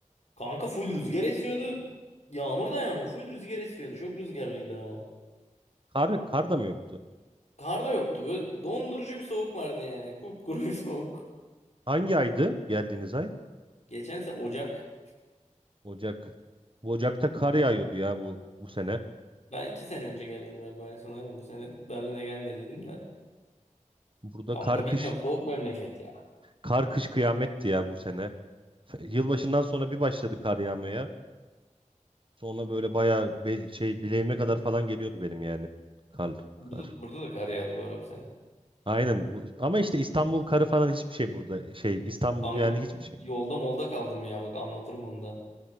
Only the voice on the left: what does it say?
Kanka full rüzgar esiyordu. Yağmur da yağmıyor. Full rüzgar esiyordu. Çok rüzgarlıydı ama.
Kar da yoktu. Böyle dondurucu bir soğuk vardı yani. Kupkuru bir <laughs> soğuk.
Geçen sene Ocak.
Ben iki sene önce geldim galiba en son aynen. Bu sene Berlin'e gelmediydim de.
Kanka
bilmiyorum soğuk memleket ya.
Burada,
burada da kar yağdı bu ara bu sene.
Kanka
yolda molda kaldım ya bak anlatırım onu da.